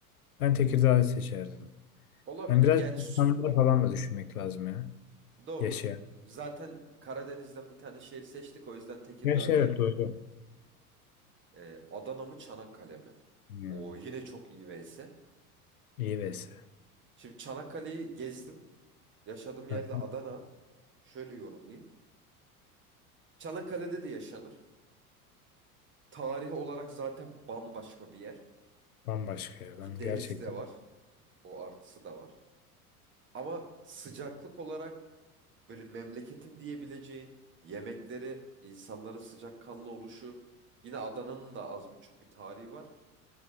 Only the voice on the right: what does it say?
olabilir.
Yani s-
bir
Doğru.
Zaten Karadeniz'den bir tane şehir seçtik. O yüzden Tekirdağ
diyebilirim.
Ee, Adana mı Çanakkale mi?
O yine çok iyi vs.
Şimdi Çanakkale'yi gezdim. Yaşadığım yerde
Adana. Şöyle yorumlayayım. Çanakkale'de de yaşanır. Tarihi olarak zaten bambaşka bir yer.
Ki
deniz
de var. O artısı da var. Ama sıcaklık olarak böyle memleketim diyebileceğin yemekleri, insanların sıcakkanlı oluşu. Yine Adana'nın da az buçuk bir tarihi var.